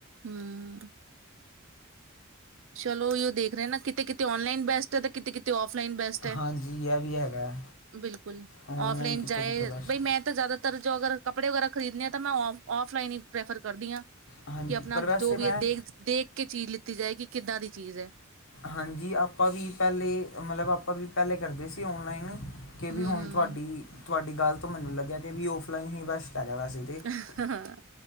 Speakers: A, on the right; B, on the left.
A: ਹੂੰ। ਚਲੋ, ਓਈਓ ਦੇਖ ਰਹੇ ਨਾ, ਕਿਤੇ, ਕਿਤੇ ਔਨਲਾਈਨ ਬੈਸਟ ਹੈ, ਤੇ ਕਿਤੇ ਔਫ ਔਫਲਾਈਨ ਬੈਸਟ ਐ।
B: ਹਾਂਜੀ ਇਹ ਵੀ ਹੈਗਾ
A: ਬਿਲਕੁਲ,
B: ਔਨਲਾਈਨ
A: ਔਫਲਾਈਨ
B: ਕਿਤੇ
A: ਚਾਏ
B: ਕਿਤੇ ਬਸ
A: ਬਈ ਮੈਂ ਤਾਂ ਜਾਦਾ ਜੋ ਅਗਰ ਕੱਪੜੇ ਵਗੈਰਾ ਖਰੀਦਣੇ ਆ, ਤਾਂ ਆਫਲਾਈਨ ਹੀ ਪ੍ਰੈਫਰ ਕਰਦੀ ਆਂ
B: ਹਾਂਜੀ
A: ਕਿ ਆਪਣਾ
B: ਪਰ ਵੈਸੇ
A: ਜੋ ਵੀ
B: ਮੈਂ
A: ਹੈ, ਦੇਖ-ਦੇਖ ਕੇ ਚੀਜ਼ ਲਿੱਤੀ ਜਾਏਗੀ। ਏਦਾ ਦੀ ਚੀਜ ਐ।
B: ਹਾਂਜੀ, ਆਪਾਂ ਵੀ ਪਹਿਲੇ ਮਤਲਬ ਆਪਾਂ ਵੀ ਪਹਿਲੇ ਕਰਦੇ ਸੀ। ਔਨਲਾਈਨ ਕਿ ਵੀ,
A: ਹਮ
B: ਹੁਣ ਤੁਹਾਡੀ? ਤੁਹਾਡੀ ਗੱਲ ਤੋਂ ਮੈਨੂੰ ਲੱਗਿਆ, ਕਿ ਵੀ ਔਫਲਾਈਨ ਹੀ ਬੈਸਟ ਹੈਗਾ ਵੈਸੇ ਤਾਂ
A: ਹਾਂ,